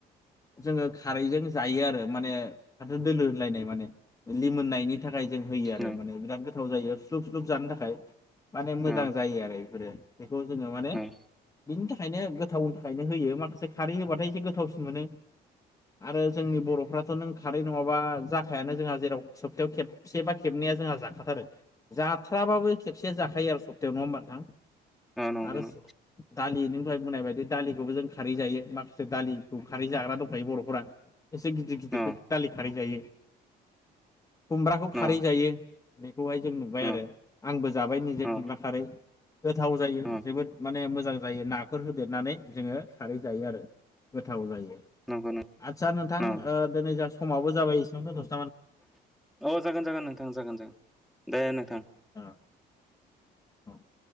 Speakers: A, on the left; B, in the centre.
A: जोङो खारैजों जायो आरो माने फाथो दोलो होनलायनाय माने लिमोननायनि नि थाखाय जों होयो आरो
B: नों
A: माने बिरिद गोद गोथाव जायो स्लुब स्लुब जानो थाख खाय माने मोजां
B: औ नों
A: जायो आरो बेफोरो। खौ जोङो माने
B: नों
A: बिनि थाखायनो गोथावनि थाखायनो होयो माखासे खारै होबाथाय एसे गोथावसिन मोनो। आरो जोंनि बर'फ्राथ' नों खारै नङाबा जाखायानो जोंहा जेराव सबतायाव खेबसे बा खेबनैया जोंहा जाखाथारो। जाथ्राबाबो जाखायो आरो सप्तायाव नङा होमबा नोंथां?
B: अ नंगौ
A: आरो
B: नं
A: दालि नों दहाय बुंनाय बायदि दालिखौबो जों खारै जायो माखासे दालिखौ खारै जाग्रा दंखायो बर'फोरा। एसे गिदिर गिदिरखौ
B: औ
A: दालि खारै जायो। खुमब्राखौ खारै
B: औ
A: जायो। बेखौहाय जों नुबाय आरो।
B: औ
A: बो जाबाय निजे
B: औ
A: खुमब्रा खारै। गोथाव जायो
B: औ
A: जोबोद माने मो मोजां‌ जायो नाफोर होदेरनानै जोङो खारै जायो आरो, गोथाव जायो।
B: नंगौ नों
A: आच्छा नोंथां
B: औ
A: ओ दोनै जा समाबो जाबाय इसेयावनो‌ दोन
B: अ जागोन जागोन नोंथां जागोन जागोन दे नोंथां।
A: ओ, औ